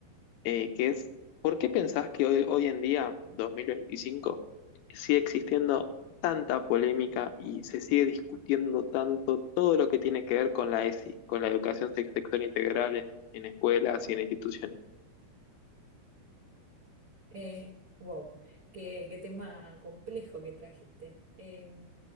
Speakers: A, on the left; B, on the right.
A: eh, que es, ¿por qué pensás que hoy, hoy en día, 2025, sigue existiendo tanta polémica y se sigue discutiendo tanto todo lo que tiene que ver con la ESI, con la educación sex- sexual integral en en escuelas y en instituciones?
B: Eh, wow, qué, qué tema complejo que trajiste. Eh,